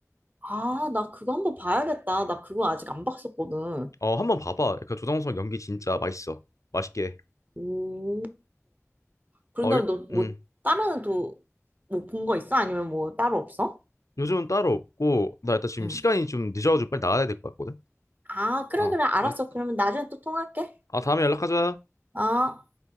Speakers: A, on the right (about 35°); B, on the left (about 80°).
A: 아, 나 그거 한번 봐야겠다. 나 그거 아직 안 봤었거든.
B: 어 한번 봐봐 약간 조정석 연기 진짜 맛있어 맛있게 해.
A: 오. 그런
B: 어
A: 다음에
B: 일,
A: 너 뭐
B: 음
A: 다른 또 뭐 본 거 있어? 아니면 뭐 따로 없어?
B: 요즘은 따로 없고 나 일단 지금
A: 응.
B: 시간이 좀 늦어가지고 빨리 나가야 될 것 같거든
A: 아, 그래,
B: 아,
A: 그래. 알았어.
B: 아,
A: 그러면 나중에 또 통화할게.
B: 아 다음에 연락하자
A: 어.